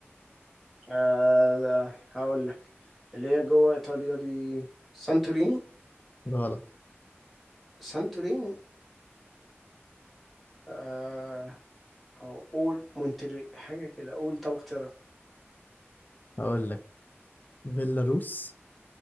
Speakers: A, in the centre; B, on the left.
A: آه ده هقول لك اللي هي جوه ايطاليا دي سانتوريني
B: غلط
A: سانتوريني آه او قول مونتري حاجه كده قول طب اختيارات
B: هقول لك بيلاروس